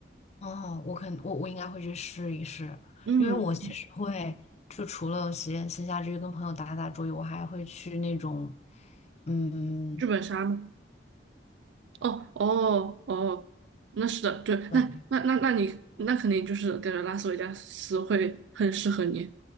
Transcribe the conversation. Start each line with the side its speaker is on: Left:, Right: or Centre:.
Left: 哦，我肯我我应该会去试一试，
Right: 嗯，
Left: 因为我其实会就除了闲闲暇之余跟朋友打打桌游，我还会去那种，嗯，
Right: 剧本杀吗？哦哦哦，那是的，对，
Left: 对，
Right: 那那那那你那肯定就是感觉拉斯维加斯会很适合你，